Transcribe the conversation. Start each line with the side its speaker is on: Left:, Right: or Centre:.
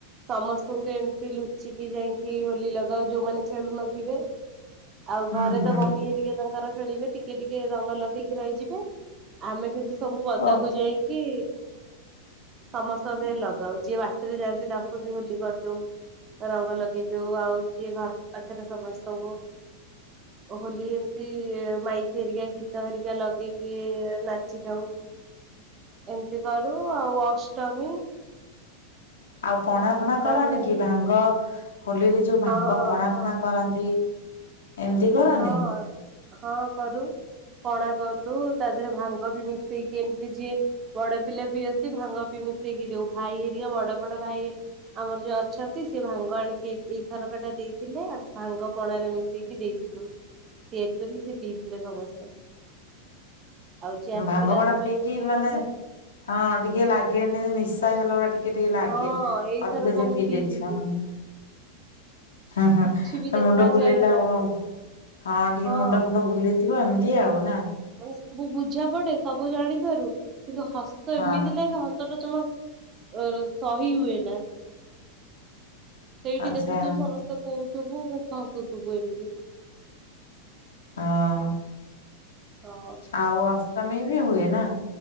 Right: ସମସ୍ତଙ୍କୁ ଏମିତି ଲୁଚିକି ଯାଇକି ହୋଲି ଲଗାଉ, ଯୋଉମାନେ ଖେଳୁ ନଥିବେ ଆଉ, ଘରେ
Left: ହୁଁ ହୁଁ।
Right: ତ ମମି ହେରିକେ ତାଙ୍କର ଖେଳିବେ, ଟିକେ ଟିକେ ରଙ୍ଗ ଲଗେଇକି ରହିଯିବେ, ଆମେ କିନ୍ତୁ ସବୁ ବଦାକୁ
Left: ଓ
Right: ଯାଇକି ସମସ୍ତଙ୍କ ଦେହରେ ଲଗାଉ, ଯିଏ ବାଟରେ ଯାଆନ୍ତି ତାଙ୍କୁ ବି ହୋଲି କରିଦଉ, ରଙ୍ଗ ଲଗେଇ ଦଉ । ଆଉ ଯିଏ ଘର ପାଖରେ, ସମସ୍ତଙ୍କୁ ହୋଲି ଏମତି, ମାଇକି ହେରିକା ଗୀତ ହେରିକା ଲଗେଇକି ନାଚିଥାଉ, ଏମିତି କରୁ ଆଉ ଅଷ୍ଟାମୀ
Left: ଆଉ ପଣା ଫଣା କରନି
Right: ହୁଏ
Left: କି, ଭାଙ୍ଗ, ହୋଲିରେ ଯୋଉ
Right: ହଁ
Left: ଭାଙ୍ଗ ପଣା
Right: ହଁ
Left: ଫଣା କରନ୍ତି । ଏମିତି କରନି?
Right: ହଁ। ହଁ, କରୁ ପଣା କରୁ, ତା ଦେହରେ ଭାଙ୍ଗ ବି ମିଶେଇକି ଏମିତି ଯିଏ ବଡ଼ ପିଲା ପିଅନ୍ତି, ଭାଙ୍ଗ ବିି ମିଶେଇକି ଦଉ, ଭାଇ ହେରିକା ବଡ଼ ବଡ଼ ଭାଇ, ଆମର ଯୋଉ ଅଛନ୍ତି ସିଏ ଭାଙ୍ଗ ଆଣି ଏଇ, ଏଇଥରକା ଟା ଦେଇଥିଲେ, ଆଉ ଭାଙ୍ଗ ପଣାରେ ମିଶେଇକି ଦେଇ <inaudible> ତିଆରି କରି ସେ ପିଇଥିଲ ସମସ୍ତେ। ଆଉ ଯିଏ ଆସିଥିଲା
Left: ଭାଙ୍ଗ ପଣା
Right: ସେମାନଙ୍କୁ
Left: ପିଇକି
Right: ଦେଇଥିଲୁ
Left: ମାନେ ହଁ ଟିକେ ଲାଗେନି ନିଶା ହେଇଗଲା ଭଳିଆ ଟିକେ ଟିକେ ଟିକେ ଲାଗେ,
Right: ହଁ ଏଇଥରକ
Left: ଅଧିକ ଯେ
Right: ମୁଁ
Left: ପିଇଦିଏ
Right: ପିଇଥିଲି।
Left: <unintelligible>
Right: କିଛି
Left: ହଁ
Right: ବି ଦେଖାଯାଏ
Left: ମୁଣ୍ଡ ବୁଲେଇଲା
Right: ନା
Left: ହଁ ଟିକେ
Right: ହଁ
Left: ମୁଣ୍ଡ ଫୁଣ୍ଡ ବୁଲେଇ ଥିବ ଏମିତି ଆଉ ନା?
Right: ସବୁ ବୁଝା ପଡ଼େ ସବୁ ଜାଣିିବାରୁ କିନ୍ତୁ ହସ
Left: ହଁ
Right: ଏମିତି ନାଇକି ହସଟା <unintelligible> ଶହି ହୁଏ ନା। ସେଇଠି
Left: ଆଚ୍ଛା
Right: ଦେଖୁଥୁ ସମସ୍ତ କହୁଥିବୁ ମୁଁ <unintelligible> ଏମତି
Left: ହଁ।
Right: ହଁ
Left: ଆଉ ଅଷ୍ଟମୀ ବି ହୁଏ ନା?